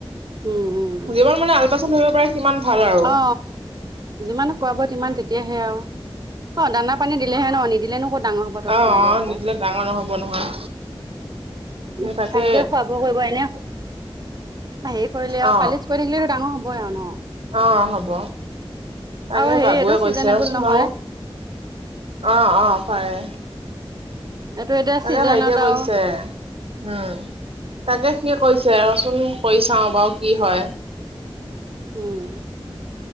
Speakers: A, on the right; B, on the right.
A: উম, উম,
B: যিমান মানে আলপাচন ধৰিব পাৰে সিমান ভাল আৰু
A: অ যিমান খোৱা বোৱাত- মান তেতিয়াহে আৰু অ দানা পানী দিলেহে ন নিদিলে নো কত ডাঙৰ হ'ব তত
B: অ
A: নাদে
B: অ
A: আকৌ
B: নিদিলে ডাঙৰ নহব নহয়
A: উম
B: তাকে
A: ভালকে খুৱাব কৰিব এনে হেৰি কৰিলে আৰু
B: অ
A: পালিচ কৰি থাকিলটো ডাঙৰ হ'বই আৰু ন।
B: অ হ'ব তাকে
A: আৰু হেৰি
B: বাবুৱে
A: এইটো
B: কৈছে
A: চিজনেবল
B: ৰ চোন
A: নহয়
B: বাৰু। অ অ হয়।
A: এইটো এতিয়া
B: তাকে
A: চিজনত
B: ভাইটিয়ে কৈছে
A: আৰু
B: উম তাকে সি কৈছে ৰ চোন কৰি চাও বাৰু কি হয়?
A: উম।